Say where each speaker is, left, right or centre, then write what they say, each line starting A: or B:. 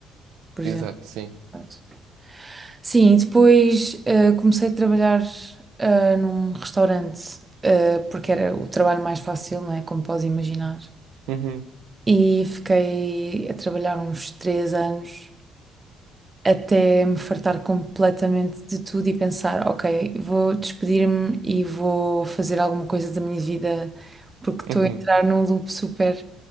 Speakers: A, on the right; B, on the right.
A: por exemplo.
B: Exato, sim.
A: Pronto. Sim, e depois eh, comecei a trabalhar eh, num restaurante, eh, porque era o trabalho mais fácil, não é? Como podes imaginar.
B: Uhum,
A: e fiquei a trabalhar uns três anos até me fartar completamente de tudo e pensar, ok, vou despedir-me e vou fazer alguma coisa da minha vida porque estou
B: uhum.
A: a entrar num loop super.